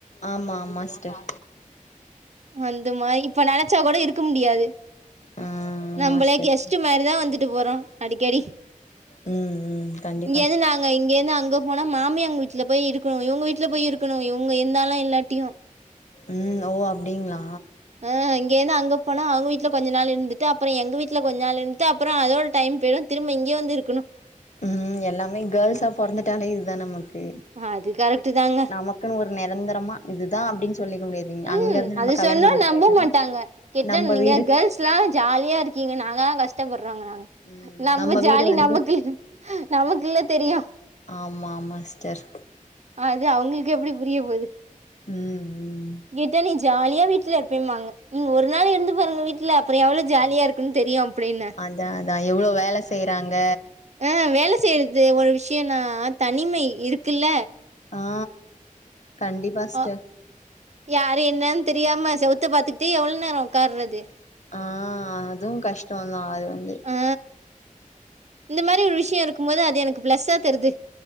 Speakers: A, on the left; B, on the right.
A: ஆமா ஆமா சிஸ்டர்
B: வந்துமா இப்ப நினச்சா கூட இருக்க முடியாது
A: ஆ ஆமா
B: நம்பளே
A: சிஸ்டர்
B: கெஸ்ட் மாதிரிதா வந்துட்டு போறோ அடிக்கடி
A: உம் உம் கண்டிப்ப
B: இங்கேயந்து நாங்க இங்க இருந்து அங்க போனா மாமியாங்க வீட்டுல போய் இருக்கணும் இவுங்க வீட்டுல போய் இருக்கணு இவுங்க இருந்தாலு இல்லாட்டியு
A: உம் ஓ அப்டிங்களா
B: ஆ இங்கேருந் அங்கப் போனா அவுங்க வீட்டுல கொஞ்ச நாள் இருந்துட்டு அப்புறம் எங்க வீட்டுல கொஞ்ச நாள் இருந்துட்டு அப்புறம் அதோட டைம் போயிரும் திரும்ப இங்க வந்து இருக்கணு
A: ம் எல்லாமே கேர்ள்ஸா பிறந்துட்டாலே இதுதா நமக்கு
B: அது கரெக்ட்டு தாங்க
A: நமக்குன்னு ஒரு நிரந்தரமா இதுதா அப்படின்னு சொல்லிக்க முடியாது
B: உம்
A: அங்க இருந்து நம்ம
B: அது
A: கல்யாண
B: சொன்னா
A: பண்ட்டு
B: நம்ப
A: போயிட்டோனா
B: மாட்டாங்க கேட்டா
A: நம்ம
B: நீங்க
A: வீடு
B: கேர்ள்ஸ் லா ஜாலியா இருக்கீங்க நாங்க தா கஷ்டப்படுறோங்குராங்க
A: ம்
B: நம்ம ஜாலி
A: வீடு வந்து
B: நமக்கு நமக்குல்ல தெரியும்
A: ஆமா ஆமா சிஸ்டர்
B: அது அவுங்களுக்கு எப்படி புரிய போகுது
A: உம் உம்
B: கேட்டா நீ ஜாலியா வீட்ல இருப்பேம்பாங்க ம் ஒரு நாள் இருந்து பாருங்க வீட்ல அப்புறம் எவ்வளவு ஜாலியா இருக்குன் தெரியும் அப்பிடின்ப
A: அதான் அதான் எவ்ளோ வேல செய்யுறாங்க
B: அ வேல செய்றது ஒரு விஷயனா தனிமை இருக்குல்ல
A: ஆ கண்டிப்பா ஸ்டர்
B: அ யாரு என்னன் தெரியாம செவுத்த பாதுக்கிட்டே எவ்ள நேரோ உக்கார்றது
A: ஆ அதுவு கஷ்டோந்தா அது வந்து
B: ஆ இந்த மாதிரி ஒரு விஷயம் இருக்கும் போது அது எனக்கு ப்ளஸ்ஸா தெரிது